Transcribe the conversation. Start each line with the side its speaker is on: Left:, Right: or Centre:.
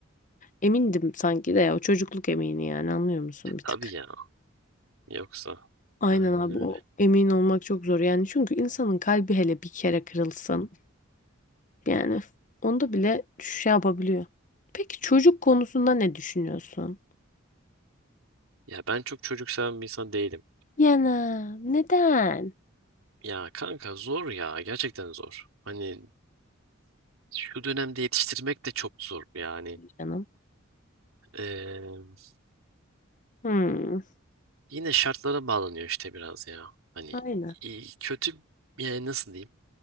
Left: Emindim sanki de ya o çocukluk emini yani anlıyor musun
Right: E,
Left: bir
Right: tabii
Left: tık?
Right: ya. Yoksa
Left: Aynen
Right: aynen
Left: abi
Right: öyle.
Left: o emin olmak çok zor yani çünkü insanın kalbi hele bir kere kırılsın yani onda bile şey yapabiliyor. Peki çocuk konusunda ne düşünüyorsun?
Right: Ya ben çok çocuk seven bir insan değilim.
Left: Yana neden?
Right: Ya kanka zor ya gerçekten zor. Hani şu dönemde yetiştirmek de çok zor yani.
Left: Canım.
Right: Ee,
Left: Hmm,
Right: yine şartlara bağlanıyor işte biraz ya. Hani
Left: aynen
Right: iyi, kötü yani nasıl diyeyim?